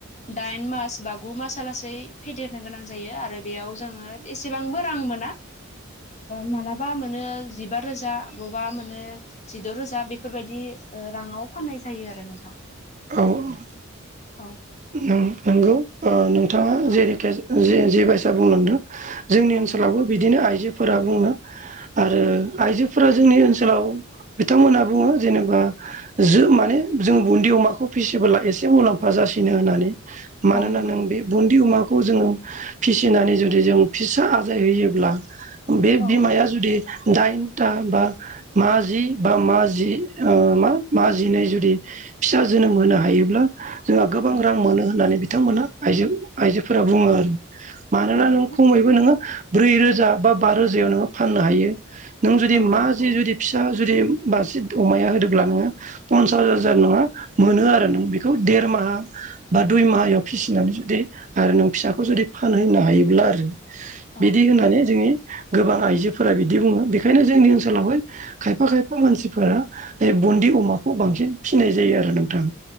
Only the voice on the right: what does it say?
औ औ
नंगौ नोंथाङा
जेरैखि जे बायसा बुंलांदों जोंनि
ओनसोलावबो
बिदिनो आइजोफोरा बुङो आरो आइजोफोरा जोंनि ओनसोलाव बिथांमोनहा बुङो जेनेबा ज माने जों बुन्दि अमाखौ फिसिबोला एसे मुलाम्फा जासिगोन नो होननानै मानोना
नों बे बुन्दि अमाखौ जोङो फिसिनानै जुदि जों फिसा आजायहैयोब्ला बे
बिमाया जुदि दाइनथा बा मा जि बा मा जि मा मा जि जुदि फिसा जोनोम होनो हायोब्ला जों गोबां
रां मोनो होननानै बिथांमोना आ आइजोफोरा बुङो आरो मानोना
नों खम ब्रै रोजा बा रोजायाव नों फाननो हायो नों‌ जुदि
मासि
फिसा जुदि बाजसि अमाया होदोब्ला नोङो पनसास हाजार नङा मोनो आरो नों बेखौ देरमाहा बा दुइ माहायाव फिसिनानै जुदि ओ नों फिसाखौ जुदि फानहोननो हायोब्ला आरो।
बिदि
होननानै जोंनि गोबां आइजोफोरा बिदि बुङो। बेखायनो जोंनि ओनसोलावहाय खायफा खायफा मानसिफोरा बे बुन्दि अमाखौ बांसिन फिसिनाय जायो आरो नोंथां।